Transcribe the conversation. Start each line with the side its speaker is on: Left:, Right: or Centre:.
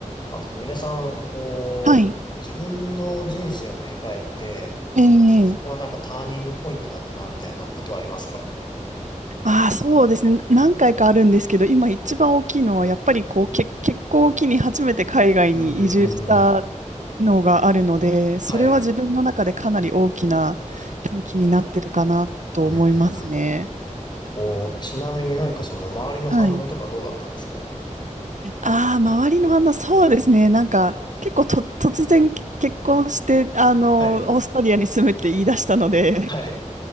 Left: あ、すみれさん、こう、
Right: はい。
Left: 自分の人生を振り返って、
Right: ええ
Left: ここはなんかターニングポイントだったな、みたいなことはありますか
Right: ああ、そうですね。何回かあるんですけど、今一番大きいのは、やっぱりこう、け、結婚を機に初めて海外に移住した
Left: うーん。
Right: のがあるので、それは自分の中でかなり大きな転機になってるかなと思いますね。
Left: はい。うん、うん、うん。こう、ちなみになんかその周りの反応とかどうだったんですか
Right: はい。ああ、周りの反応、そうですね。なんか、結構と、突然結婚して、あの、
Left: はい。
Right: オーストリアに住むって言い出したので、
Left: はい。